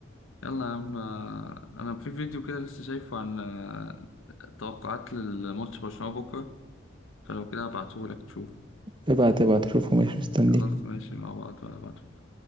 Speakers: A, on the left (about 85°); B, on the right (about 25°).
A: يلا يا عم آه، انا في فيديو كده لسه شايفه عن آه، توقعات للماتش برشلونة بكرة فلو كده هبعتهولك تشوف
B: ابعت ابعت شوفه ماشي مستني
A: خلاص ماشي مع بعض هبعتهولك